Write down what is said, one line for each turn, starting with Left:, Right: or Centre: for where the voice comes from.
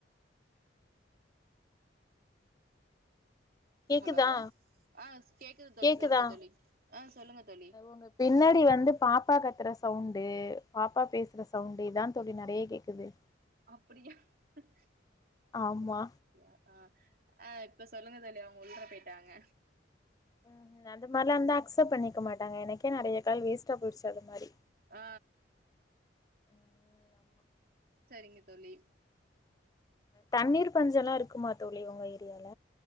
Left: கேக்குதா
Right: ஹலோ ஆ கேக்குது தோழி
Left: கேக்குதா
Right: சொல்லுங்க தோழி ஆ சொல்லுங்க தோழி
Left: உங்க பின்னாடி வந்து பாப்பா கத்துற சவுண்டு பாப்பா பேசுற சவுண்டு இதா தோழி நெறைய கேக்கு து
Right: அப்டியா
Left: ஆமா
Right: ஆ ஆ இப்ப சொல்லுங்க தோழி அவங்க உள்ளற போயிட்டாங்க
Left: ம் அது மாரிலா இருந்தா அக்செப்ட் பண்ணிக்க மாட்டாங்க எனக்கே நெறைய கால் வேஸ்டா போயிருச்சி அது மாரி
Right: ஆ
Left: ம் ஆமா.
Right: சரிங்க தோழி
Left: தண்ணீர் பஞ்சோலா இருக்குமா தோழி உங்க ஏரியால